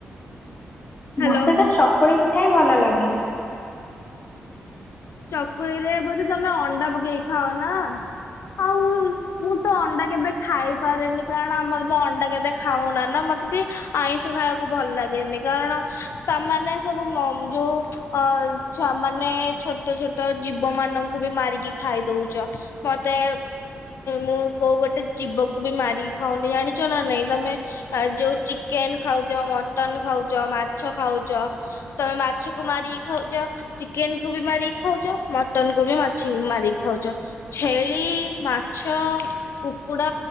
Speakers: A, on the left; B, on the left.
A: ହ୍ୟାଲୋ
B: ମତେ ତ ଚକୁଳି ପିଠା ହିଁ ଭଲ ଲାଗେ।
A: ଚକୁଳି ରେ ବୋଧେ ତମେ ଅଣ୍ଡା ପକେଇକି ଖାଅ ନା ଆଉ ମୁଁ ତ ଅଣ୍ଡା କେବେ ଖାଇପାରେନି କାରଣ ଆମର ତ ଅଣ୍ଡା କେବେ ଖାଉନା ନା ମତେ ବି ଆଇଁଷ ଖାଇବାକୁ ଭଲ ଲାଗେନି କାରଣ ତାମାନେ ସବୁ ମ ଯୋଉ ଅ ଛୁଆମାନେ ଛୋଟ ଛୋଟ ଜୀବ ମାନଙ୍କୁ ବି ମାରିକି ଖାଇ ଦଉଚ, ମତେ ମୁଁ କୋଉ ଗୋଟେ ଜୀବକୁ ବି ମାରିକି ଖାଉନି ଜାଣିଛ ନା ନାଇଁ ତମେ ଆଉ ଯୋଉ ଚିକେନ୍ ଖାଉଚ, ମଟନ ଖାଉଚ, ମାଛ ଖାଉଚ ତମେ ମାଛକୁ ମାରିକି ଖାଉଚ, ଚିକେନ୍ କୁ ବି ମାରିକି ଖାଉଚ ମଟନ କୁ ବି ମାଛି ମାରିକି ଖାଉଚ। ଛେଳି, ମାଛ କୁକୁଡା